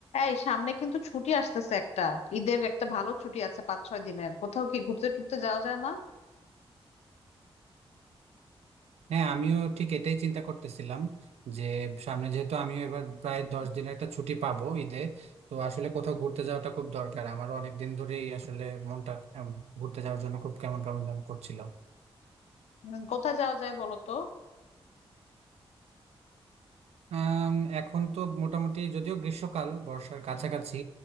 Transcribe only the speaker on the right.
হ্যাঁ আমিও ঠিক এটাই চিন্তা করতেছিলাম যে সামনে যেহেতু আমিও এবার প্রায় দশ দিনের একটা ছুটি পাবো ঈদে তো আসলে কোথাও ঘুরতে যাওয়াটা খুব দরকার আমারও অনেকদিন ধরেই আসলে মনটা উম, ঘুরতে যাওয়ার জন্য খুব কেমন কেমন যেন করছিল
আম, এখন তো মোটামুটি যদিও গ্রীষ্মকাল বর্ষার কাছাকাছি